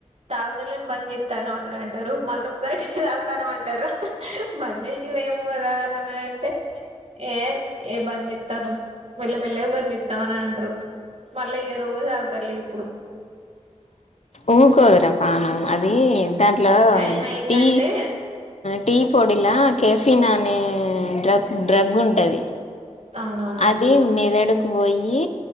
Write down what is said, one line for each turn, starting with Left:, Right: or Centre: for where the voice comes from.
Right: తాగుతలే పని చెస్తాను అని అంటారు మళ్ళీ ఒకసారి తాగుతాను అంటారు బంద చేసిారు ఏమో కదా అని అంటే ఏ ఏ బంద్ చెప్తను మెల్ల మెల్లగా బంద్ తమనా అంట్రు మళ్ళ ఏ రోజు అవుతలి ఇప్పుడు
Left: ఊకోరా పాణం అద దాంట్లో
Right: టైం అయిందంటే
Left: టీ టీ పొడిలా కెఫీిన్ అనే డ్రగ్ డ్రగ్ ఉంటది
Right: అవునవును
Left: అది మెదడు పోయి